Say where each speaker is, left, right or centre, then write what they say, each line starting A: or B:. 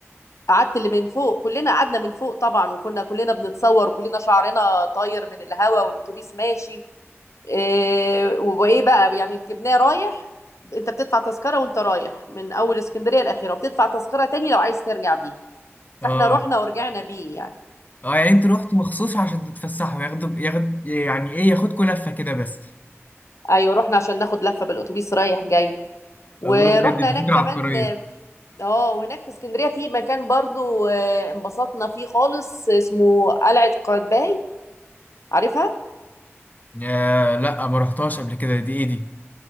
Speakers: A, on the left; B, on the left.
A: قعدت اللي من فوق كلنا قعدنا من فوق طبعا وكنا كلنا بنتصور وكلنا شعرنا طاير من الهواء والاتوبيس ماشي إيه وايه بقى يعني ركبناه رايح انت بتدفع تذكره وانت رايح من اول اسكندريه الاخيره وبتدفع تذكره تاني لو عايز ترجع بيه
B: اه
A: فاحنا رحنا ورجعنا بيه يعني
B: اه يعني انت رحتي مخصوص عشان تتفسحوا ياخدوا ياخد يعني ايه ياخدكوا لفه كده بس
A: ايوه رحنا عشان ناخد لفه بالاتوبيس رايح جاي ورحنا
B: الله بجد دي
A: هناك
B: فكره
A: كمان
B: عبقريه
A: اه وهناك في اسكندريه في مكان برضو آه، انبسطنا فيه خالص اسمه قلعه قايتباي عارفها
B: يا لا ما رحتهاش قبل كده دي ايه دي